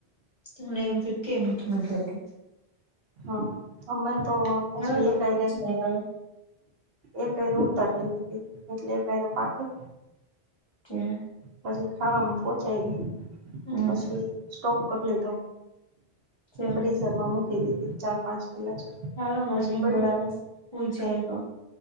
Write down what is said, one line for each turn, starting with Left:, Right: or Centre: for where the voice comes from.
Left: તમને જે કે મીઠી મીઠી વાત કહી.
Right: હા અમે તો પછી
Left: હાલો તો
Right: એ કઈ રે.
Left: જાય હવે
Right: એ કયરે ઉતર લીધી હતી એટલે કર્યું પાછું
Left: <inaudible>
Right: પછી ખાવામાં પોહચાઈ ગઈ,
Left: હમ
Right: પછી સ્ટોક કર લીધો.
Left: <inaudible>
Right: ફ્રીઝરમાં મૂકી દીધી ચાર પાંચ કિલા
Left: ચાલો
Right: તો
Left: અમને
Right: હજી
Left: નિંદર
Right: પયડી
Left: આવે છે હુઈ જઈએ તો.